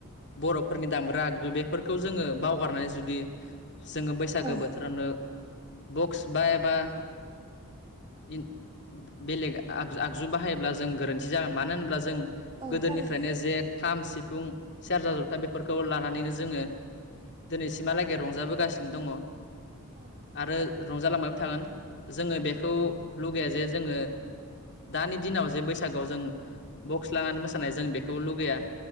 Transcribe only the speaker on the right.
औ
औ
थारैनो
औ